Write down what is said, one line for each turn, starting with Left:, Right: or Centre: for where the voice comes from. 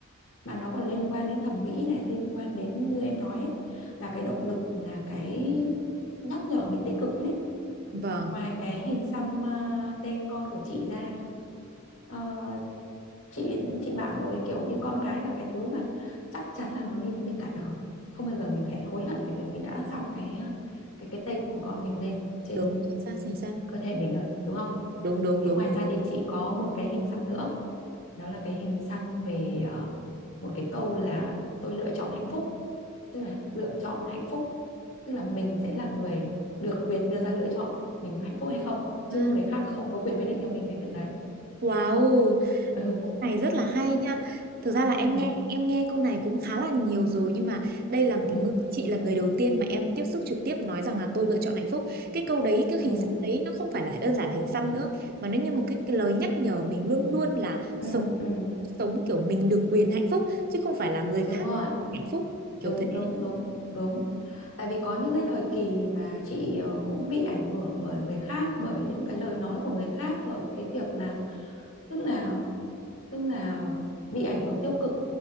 Left: mà nó còn liên quan đến thẩm mỹ này liên quan đến như em nói ấy, là cái động lực là cái nhắc nhở mình tích cực ấy
Right: vâng
Left: ngoài cái hình xăm ờ, tên con của chị ra Ờ, chị chị bảo rồi kiểu như con cái là cái thứ mà chắc chắn là nó đi với mình cả đời không bao giờ mình phải hối hận về việc mình đã xăm cái cái cái tên của con mình lên trên
Right: đúng chính xác chính xác
Left: cơ thể mình rồi đúng không
Right: đúng đúng
Left: thế
Right: đúng,
Left: ngoài
Right: đúng.
Left: ra thì chị có một cái hình xăm nữa đó là cái hình xăm về ờ, một cái câu là tôi lựa chọn hạnh phúc tức là lựa chọn hạnh phúc tức là mình sẽ là người được quyền đưa ra lựa chọn mình có hạnh phúc hay không chứ
Right: À,
Left: người khác không có quyền quyết định cho mình cái việc đấy
Right: wow,
Left: ừ.
Right: câu này rất là hay
Left: chị cũng-
Right: nha. Thực ra là em
Left: ừ.
Right: nghe em nghe câu này cũng khá là nhiều rồi nhưng mà đây là
Left: ừ.
Right: cái người, chị là người đầu tiên mà em tiếp xúc trực tiếp nói rằng là tôi lựa chọn hạnh phúc. Cái câu đấy, cái
Left: ừ.
Right: hình xăm đấy nó không phải là đơn giản là hình xăm nữa mà nó như một cái, cái lời nhắc nhở mình luôn luôn là
Left: ừ
Right: sống
Left: ừ
Right: sống kiểu mình được quyền hạnh phúc chứ không phải là người khác
Left: đúng rồi
Right: hạnh phúc kiểu
Left: đúng
Right: thế.
Left: đúng đúng đúng tại vì có những cái thời kỳ mà chị ờ, cũng bị ảnh hưởng bởi người khác bởi những cái lời nói của người khác bởi cái việc là tức là tức là bị ảnh hưởng tiêu cực